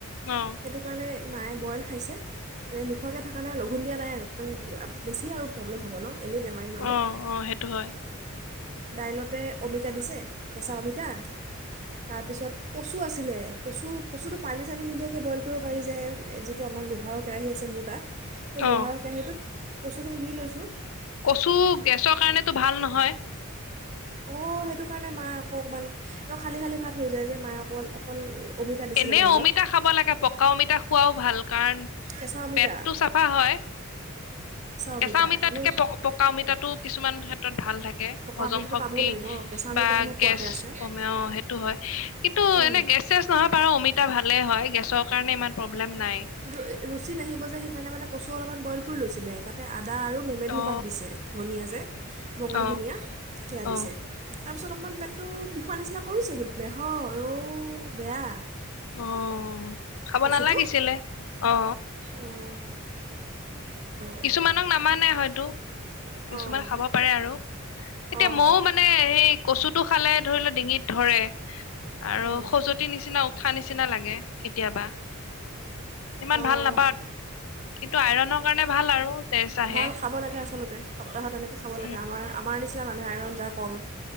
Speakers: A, on the left (about 75°); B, on the right (about 35°).
A: অ
B: সেইটো কাৰণে। মায়ে বইল খাইছে নোখোৱাকৈ থকা নাই লঘোণ দিয়া। নাই ওম বেছি আৰু প্ৰব্লেম হ'ব ন। এনেই বেমাৰী মানুহ
A: অ অ সেইটো হয়।
B: দাইলতে অমিতা দিছে কেঁচা অমিতা তাৰপিছত কচু আছিলে কচু কচুটো পানী চানী নিদিয়াকৈ বইল কৰিব পাৰি যে যিটো আমাৰ লোহাৰৰ কেৰাহী আছে মোৰ তাত। সেই
A: অ
B: লোহাৰ কেৰাহীটোত। কচুখিনি ধুই লৈছো।
A: কচু গেছৰ কাৰণেতো ভাল নহয়
B: অঁ সেইটো কাৰণে মা আকৌ অকণমান ন খালী খালী ভাত হৈ যায় যে মায় অকল অকল। অমিতা দিছিলে
A: এনে
B: দাইলত
A: অমিতা খাব লাগে পকা অমিতা খোৱাও ভাল কাৰণ
B: কেঁচা অমিতা
A: পেটটো চাফা হয়।
B: অমিতা
A: কেঁচা অমিতাতকে
B: এনেও
A: পকা অমিতাতো। কিছুমান ক্ষেত্ৰত ভাল থাকে।
B: পকা
A: হজম
B: অমিতাটো
A: শক্তি
B: পাবও লাগিব কেঁচা অমিতাটোহে
A: বা
B: পোৱাতে
A: গেছ
B: আছে
A: কমেও সেইটো হয় কিন্তু
B: উম,
A: এনে গেছ চেছ নহয় বাৰু অমিতা। টা ভালে হয় গেছৰ কাৰণে ইমান প্ৰব্লেম। <unintelligible>
B: কিন্তু ৰুচি নাহিব যে সেইকাৰণে মানে কচু অলপমান বইল কৰি লৈছিলে এপা। তা আদা আৰু মেমেধু
A: অ
B: পাত দিছে ধনিয়া যে বঙাল
A: অ
B: ধনিয়া সেয়া দিছে।
A: অ
B: তাৰ পিছত। অকণমান পেটটো বিষোৱা নিচিনা কৰিছে অঔ বেয়া।
A: অ। খাব
B: কচুটো
A: নালাগিছিলে অ।
B: অঁ অঁ
A: কিছুমানক নামানে হয়তো কিছুমান
B: অঁ
A: খাব পাৰে আৰু।
B: অঁ
A: এতিয়া ময়ও মানে সেই কচুটো খালে ধৰি লও ডিঙিত ধৰে আৰু
B: অঁ
A: খজুৱতি নিচিনা উঠা নিচিনা লাগে কেতিয়াবা ইমান
B: অঁ
A: ভাল নাপাওঁ কিন্তু আইৰনৰ কাৰণে। ভাল আৰু। তেজ আহে
B: ভাল খাব লাগে আচলতে সপ্তাহত এনেকৈ খাব
A: উম,
B: লাগে আমাৰ আমাৰ নিচিনা। মানুহে আইৰণ যাৰ কম